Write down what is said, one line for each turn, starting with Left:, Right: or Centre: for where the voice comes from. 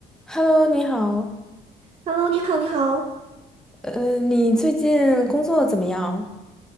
Centre: Hello，你好，
Right: Hello，你好，你好。
Centre: 呃，你最近工作怎么样？